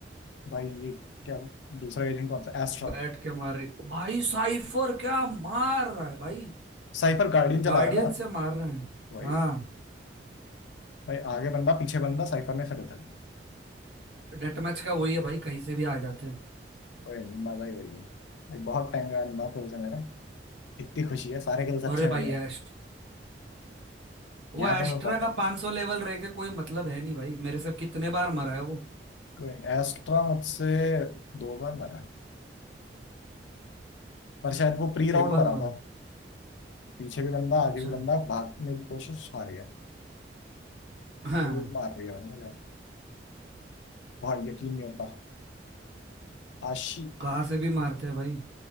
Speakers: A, on the left (about 80°); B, on the right (about 80°).
A: भाई ये क्या दूसरा एजेंट कौन सा एस्ट्रा
B: बैठ के मार रही भाई साइफर क्या मार रहा है भाई
A: साइफर गार्डियन चला
B: गार्डियन
A: रहा है ना
B: से मार रहे हैं
A: वही
B: हाँ
A: भाई आगे बंदा पीछे बंदा साइफर ने फिर उधर
B: डेट मैच का वही है भाई कहीं से भी आ जाते हैं
A: वही नहीं मजा ही वही है एक बहुत टाइम का ना फिर इतनी खुशी है सारे कलर्स अच्छे
B: अरे
A: मिले
B: भाई
A: हैं
B: एस्ट वो
A: यहाँ
B: एस्ट्रा
A: पे मैं बॉटम
B: का 500
A: था
B: लेवल रह के कोई मतलब है नहीं भाई मेरे से कितने बार मरा है वो
A: कोई एस्ट्रा मुझसे दो बार मरा पर शायद वो प्री
B: दो
A: राउंड
B: बार
A: मरा
B: मरा
A: था
B: है।
A: पीछे भी बंदा
B: अच्छा
A: आगे भी बंदा भागने की कोशिश हार गया
B: हाँ
A: लोग मार रही है भाई मुझे बहुत यकीन नहीं होता आशी
B: कहाँ से भी मारते हैं भाई